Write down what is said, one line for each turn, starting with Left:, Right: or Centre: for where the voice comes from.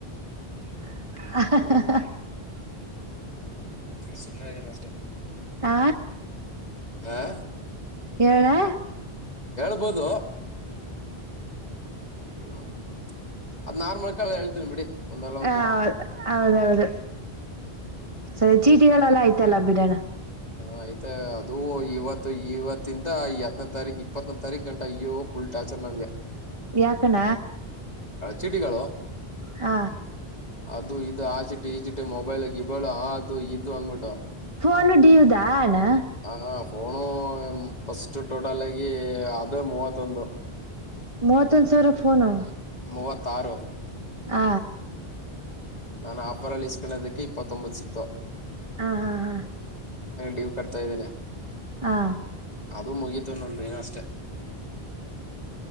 Right: ಆ
Left: ಏನು ಸುದೆ ನಷ್ಟ <unintelligible>
Right: ಆ
Left: ಹಾ
Right: ಏಳಾ
Left: ಇರ್ಬೋದು. ಹ್ಮ ಅದ್ ನಾರ್ಮಲ್ ಕಕಾಲಲ್ಲಿ ಹೇಳ್ತೀನಿ ಬಿಡಿ ಒಂದಲ್ಲ
Right: ಹ
Left: ಒಂದ್ ದಿನ
Right: ಹೌ ಹೌದೌದು ಸರಿ ಚೀಟಿಗಳೆಲ್ಲ ಆಯ್ತಲ್ಲ ಬಿಡಣ್ಣಾ
Left: ಹ ಆಯ್ತ ಅದು ಇವತ್ತು ಇವತ್ತಿಂದ ಹತ್ತನ ತಾರೀಕ ಇಪ್ಪತ್ತನ ತಾರೀಕ ಗಂಟ ಅಯ್ಯೋ ಫುಲ್ ಟಾಚರ್ ನನ್ಗೆ
Right: ಯಾಕಣ
Left: ಚೀಟಿಗಳು
Right: ಹಾ.
Left: ಅದು ಇದು ಆಚಿಟ್ಟಿ ಈಚಿಟ್ಟೀ ಮೊಬೈಲು ಗಿಬೈಲು ಆದು ಇದು ಅನ್ಬಿಟ್ಟು.
Right: ಫೋನು ಡಿವುದಾ ಅಣ್ಣಾ
Left: ಹ ಫೋನು ಫಸ್ಟ್ ಟೋಟಲ್ ಆಗಿ ಅದು ಮೂವತ್ತೊಂದು
Right: ಮೂವತ್ವಂದು ಸಾವರಾ ಫೋನು.
Left: ಮೂವತ್ತ ಆರು.
Right: ಆ
Left: ನಾನ್ ಆಫರಲ್ಲಿ ಇಸ್ಕೊಂಡದಕ್ಕೆ ಇಪ್ಪತ್ತೊಂಬತ್ತು ಸಿಕ್ತು.
Right: ಹಾ ಹಾ ಹಾ
Left: ಡಿವ್ ಕಟ್ತಾ ಇದಿನಿ
Right: ಹಾ.
Left: ಅದು ಮುಗಿತು ಇನ್ನ ಒಂದ ದಿನಾ ಅಷ್ಟೇ.